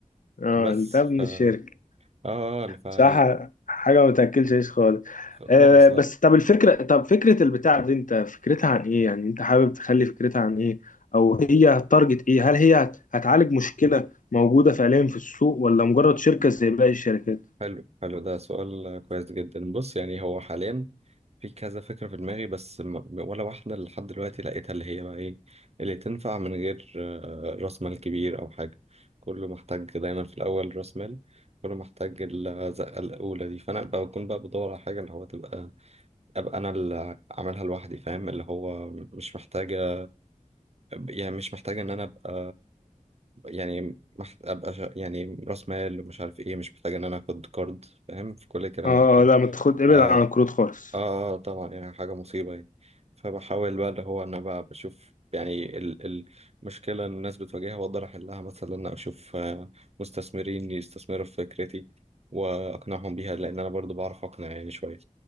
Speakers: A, on the left; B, on the right.
A: اه
B: بس
A: انت ابن
B: ف اه
A: الشركة
B: آه، فال...
A: صح حاجة ما تاكلش عيش خالص
B: خالص
A: آه بس
B: لا
A: طب الفكرة طب فكرة البتاع دي انت فكرتها عن ايه يعني انت حابب تخلي فكرتها عن ايه او هي هتارجت ايه هل هي هت- هتعالج مشكلة موجودة فعليا في السوق ولا مجرد شركة زي باقي الشركات
B: حلو حلو ده سؤال كويس جدا بص يعني هو حاليا في كذا فكرة في دماغي بس م- ولا واحدة لحد دلوقتي لقيتها اللي هي بقى ايه اللي تنفع من غير آه، راس مال كبير أو حاجة كله محتاج دايما في الأول راس مال كله محتاج الزقة الأولى دي فأنا بكون بقى بدور على حاجة اللي هو تبقى أبقى أنا اللي عاملها لوحدي فاهم اللي هو مش محتاجة يعني مش محتاجة إن أنا أبقى يعني مح... أبقى ش... يعني رأس مال ومش عارف إيه مش محتاجة إن أنا آخد كارد فاهم في كل الكلام
A: اه
B: ده ف آه
A: لا ما تاخد ابعد
B: آه
A: عن الكروت خالص
B: آه، طبعا يعني حاجة مصيبة يعني فبحاول بقى اللي هو أنا بقى بشوف يعني ال... المشكلة اللي الناس بتواجهها وأقدر أحلها مثلا إن أنا أشوف آه، مستثمرين يستثمروا في فكرتي وأقنعهم بيها لأن أنا برضو بعرف أقنع يعني شوية